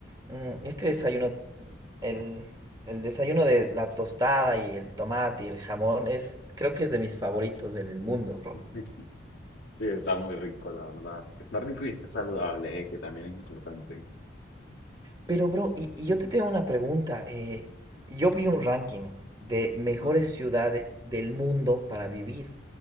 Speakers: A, on the right; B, on the left.
A: mm, este desayuno, mm, el, el desayuno de la tostada y el tomate y el jamón, es, creo que es de mis favoritos en el mundo, bro.
B: <laughs> Sí, está muy rico, la verdad. Está rico y está saludable, eh, que también es importante.
A: Pero, bro, y, y yo te tengo una pregunta. eh, yo vi un ranking de mejores
B: Ujú,
A: ciudades del mundo para vivir